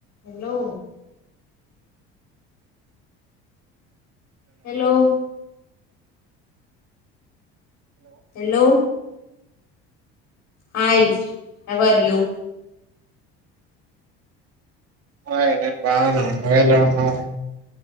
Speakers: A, on the left (about 60°); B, on the right (about 50°).
A: Hello hello hello hi how are you
B: hi నేను బాగానే నువ్వు ఎలా ఉన్నావ్